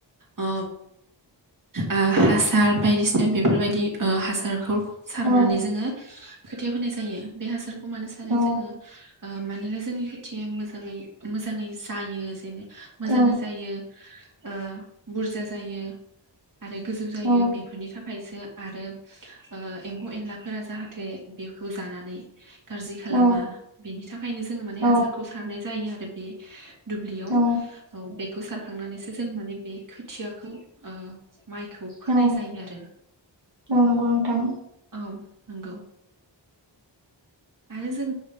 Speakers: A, on the right; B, on the right.
A: अ ओ हासार बायदिसिना बेफोरबायदि ओ हासारखौ सारनानै
B: औ
A: जोङो खोथिया फोनाय जायो बे हासारखौ मानो सारो
B: औ
A: जोङो ओ मानोना जोंनि खोथिया मोजाङै मोजाङै जायो जेनेबा मोजांङै
B: औ
A: जायो ओ बुरजा जायो। आरो गोजौ जायो
B: औ
A: बेफोरनि थाखायसो आरो ओ एम्फौ एनलाफोरा जाहाथे बेखौ जानानै गाज्रि खालामा
B: औ
A: बिनि थाखायनो जोङो माने
B: औ
A: हासारखौ सारनाय जायो आरो बे दुब्लियाव
B: औ
A: औ बेखौ सारखांनानैसो जों माने बे खोथियाखौ ओ माइखौ फोनाय
B: औ
A: जायो आरो
B: औ नंगौ नोंथां
A: औ नंगौ। आरो जों